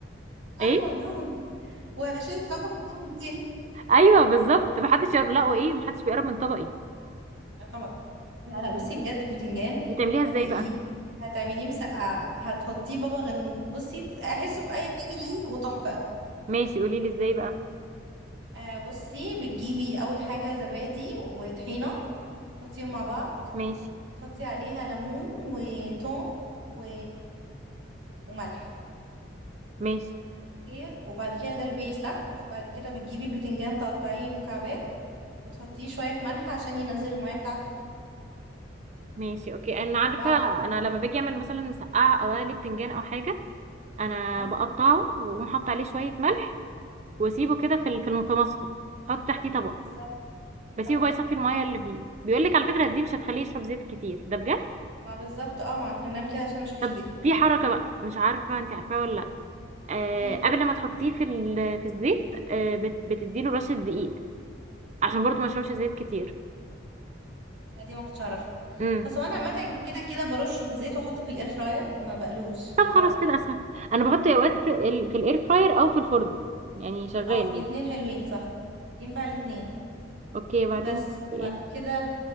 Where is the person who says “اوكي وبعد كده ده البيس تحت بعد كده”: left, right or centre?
Right